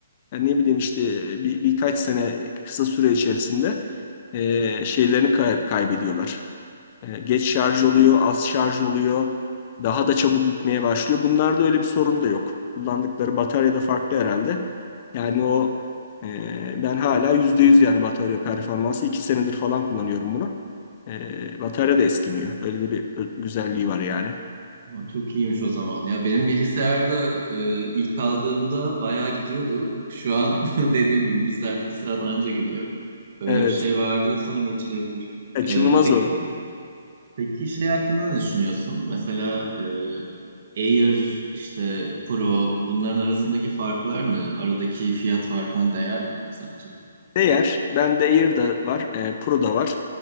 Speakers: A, on the left; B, on the right.
A: yani ne bileyim işte e, bir, birkaç sene kısa süre içerisinde e, şeylerini kay- kaybediyorlar. E, geç şarj oluyor, az şarj oluyor, daha da çabuk bitmeye başlıyor. Bunlarda öyle bir sorun da yok. Kullandıkları batarya da farklı herhalde. Yani o e, ben hala %100 yani batarya performansı 2 senedir falan kullanıyorum bunu. Ee, batarya da eskimiyor. Öyle de bir ö- güzelliği var yani.
B: Aa, Çok iyiymiş o zaman. Ya benim bilgisayarda e, ilk aldığımda bayağı gidiyordu. Şu an <laughs> dediğim gibi bir saat iki saat anca gidiyor. Öyle
A: Evet.
B: bir şey var diyorsan geçilebilir.
A: Kaçınılmaz
B: E, peki
A: o.
B: peki şey hakkında ne düşünüyorsun? Mesela e, Air işte Pro bunların arasındaki farklar ne? Aradaki fiyat farkına değer mi sence?
A: Değer, bende Air da var, e, Pro da var.